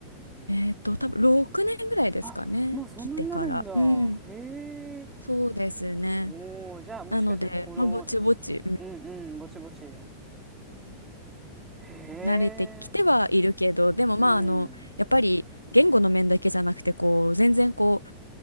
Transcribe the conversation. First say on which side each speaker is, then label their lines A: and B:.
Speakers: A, on the left (about 85°); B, on the right (about 15°).
A: う。えっと、多分6年ぐらいですかね。
B: あ、もうそんなになるんだ。
A: 来てから。うん。
B: へえ。
A: そうですね。
B: おお、じゃあもしかしてこの、
A: なので、まあ、ぼちぼち、
B: しうんうん、
A: うん、
B: ぼちぼち。へえ。
A: 慣れてきてはいるけど、でもまあ、
B: うん。
A: あの、やっぱり言語の面だけじゃなくて、こう、全然こ